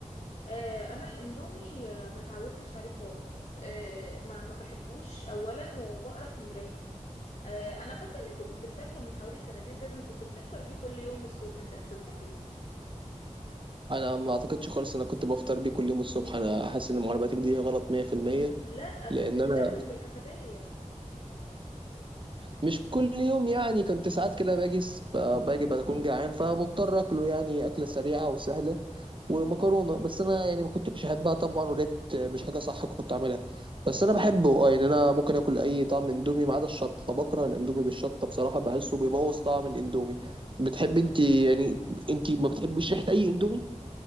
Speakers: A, on the left; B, on the right.
A: آه انا الاندومي آه، ما اتعودتش عليه خالص آه ما ما بحبوش اولا وبقرف من ريحته آه انا فاكره ان انت كنت بتاكله من حوالي سنتين تلاته كنت بتفطر بيه كل يوم الصبح انت لسه بتاكله
B: انا ما اعتقدش خالص ان انا كنت بفطر بيه كل يوم الصبح انا حاسس ان معلوماتك دي غلط 100%
A: لا كنت
B: لان
A: بتاكله
B: انا
A: في الكافيتيريا
B: مش كل يوم يعني كنت ساعات كده باجي س- ب- باجي بكون جعان فمضطر اكله يعني اكله سريعه وسهله ومكرونه بس انا يعني ما كنتش احبها طبعا ولقيت مش حاجه صح كنت اعملها بس انا بحبه اه يعني انا ممكن اكل اي طعم اندومي ما عدا الشطه بكره الاندومي بالشطه بصراحه بحسه بيبوظ طعم الاندومي بتحب انت يعني انت ما بتحبيش ريحه اي اندومي